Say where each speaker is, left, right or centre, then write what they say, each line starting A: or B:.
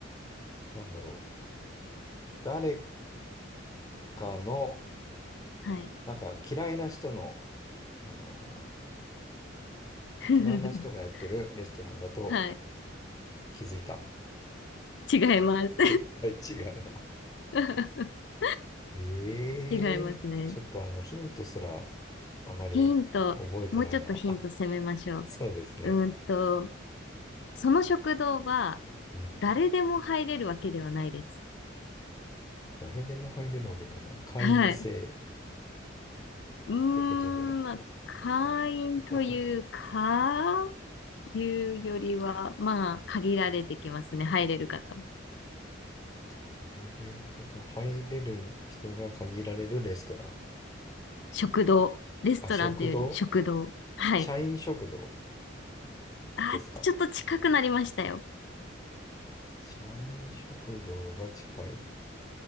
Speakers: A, on the left; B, on the left.
A: なんだろう、誰かの、
B: はい。
A: なんか嫌いな人の、あの
B: <laughs>
A: ー嫌いな人がやってるレストランだと
B: はい。
A: 気づいた。
B: 違います。
A: 絶対違うな。
B: <laughs>
A: <laughs> ええちょっとあの、
B: 違いますね。
A: ヒントすらあまり覚えてないな。
B: ヒント。もうちょっとヒント攻めましょう。
A: <laughs> そうですね。
B: うーんと、その食堂は
A: うん。
B: 誰でも入れるわけではないです。
A: 誰でも入れるわけではない。会員制っ
B: はい。うーん、
A: てことじゃなくて。
B: まあ、会員というか、
A: <laughs>
B: いうよりは、まあ、限られてきますね。入れる方。
A: どういうこと入れる人が限られるレストラン。
B: 食堂。レストランというより食堂。
A: あ、食堂
B: はい。
A: 社員食堂
B: あ、
A: ですか
B: ちょっと近くなりましたよ。
A: 社員食堂が近い。